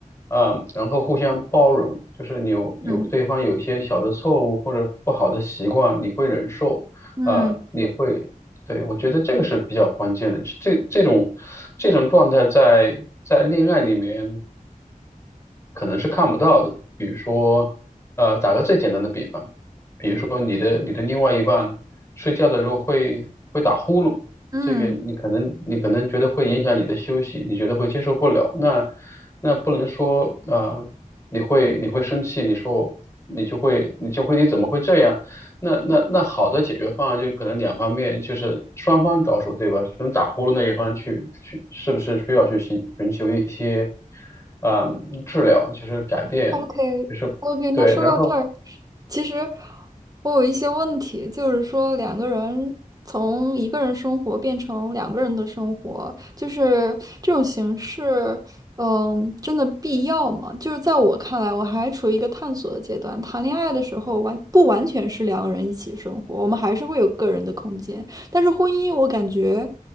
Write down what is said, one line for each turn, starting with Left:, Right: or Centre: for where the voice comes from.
Left: 啊、然后互相包容，就是你有有对方有一些小的错误或者不好的习惯，
Right: 嗯
Left: 你会忍受，
Right: 嗯
Left: 啊、你会。对，我觉得这个是比较关键的。这这种这种状态在在恋爱里面可能是看不到的。比如说，呃，打个最简单的比方。比如说你的你的另外一半睡觉的时候会会打呼噜，
Right: 嗯。
Left: 这个你可能你可能觉得会影响你的休息，你觉得会接受不了，那那不能说啊、呃你会你会生气，你说你就会你就会你怎么会这样？那那那好的解决方案就是可能两方面就是双方着手，对吧？可能打呼噜那一方去去是不是需要去寻寻求一些啊、呃治疗，就是改变，
Right: OK
Left: 就是对，
Right: OK，那说到这儿，
Left: 然后。
Right: 其实我有一些问题，就是说两个人从一个人生活变成两个人的生活，就是这种形式，嗯，真的必要吗？就是在我看来，我还处于一个探索的阶段。谈恋爱的时候完不完全是两个人一起生活，我们还是会有个人的空间，但是婚姻，我感觉